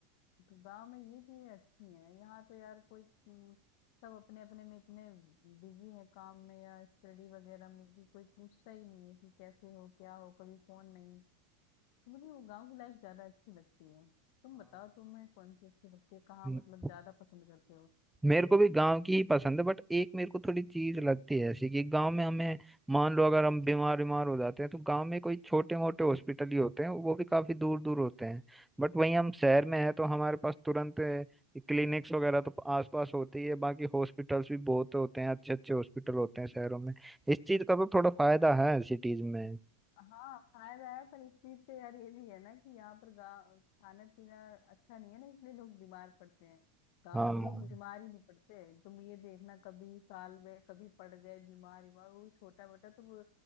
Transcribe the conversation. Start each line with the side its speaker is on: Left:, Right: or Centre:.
Left: तो गाँव में ये चीजें अच्छी हैं यहाँ तो यार कोई हम्म, सब अपने अपने में इतने बिजी है काम में या स्टडी वगैरह में कि कोई पूछता ही नहीं है कि कैसे हो क्या हो कभी फोन नहीं तो मुझे वो गाँव की लाइफ ज्यादा अच्छी लगती है तुम बताओ तुम्हें कौन सी अच्छी लगती है कहाँ
Centre: हाँ
Left: मतलब ज्यादा पसंद करते हो
Centre: मेरे को भी गांव की ही पसंद है बट एक मेरे को थोड़ी चीज लगती है ऐसी कि गांव में हमें मान लो अगर हम बीमार बीमार हो जाते हैं तो गांव में कोई छोटे मोटे हॉस्पिटल ही होते हैं वो भी काफी दूर दूर होते हैं बट वहीं हम शहर में हैं तो हमारे पास तुरंत क्लिनिक्स वगैरह तो आसपास होते ही है बाकी हॉस्पिटल्स भी बहुत होते हैं अच्छे अच्छे हॉस्पिटल होते हैं शहरों में इस चीज का तो थोड़ा फायदा है सिटीज में
Left: हाँ फायदा है पर इस चीज का यार ये भी है ना कि यहाँ पर गाँव खाना पीना अच्छा नहीं है ना इसलिए लोग बीमार पड़ते हैं गाँव
Centre: हाँ
Left: में तो लोग बीमार ही नहीं पड़ते तुम ये देखना कभी साल में कभी पड़ गए बीमार बीमार वो छोटा बेटा तो वो